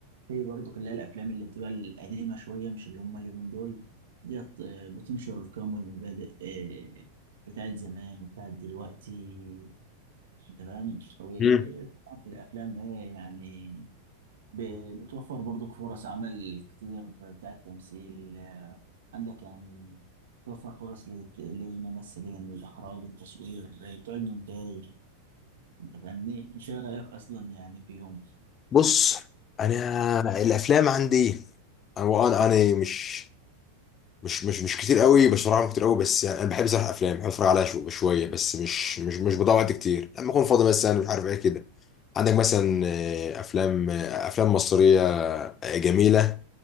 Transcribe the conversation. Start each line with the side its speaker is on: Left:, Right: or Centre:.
Right: في برضك اللي هي الافلام اللي بتبقى القديمه شويه مش اللي هم اليومين دول ديت آه، بتنشر القيم والمبادئ آه، بتاعت زمان وبتاعت دلوقتي انت فاهم وطبعاً
Left: مم.
Right: الافلام ايه يعني ب- بتوفر برضك فرص عمل كتير بتاعت تمثيل عندك يعني توفر فرص للت- للممثلين والإخراج والتصوير آه، بتوع المونتاج انت فاهمني ايش رايك اصلا يعني فيهم
Left: بص انا الافلام عندي انا وانا انا مش مش مش مش كتير قوي بشرحهم كتير قوي بس يعني انا بحب صراحة افلام بحب اتفرج عليها شو شويه بس مش مش مش بضيع وقت كتير لما اكون فاضي مثلا مش عارف ايه كده عندك مثلا آه، افلام آه، افلام مصريه آه، جميله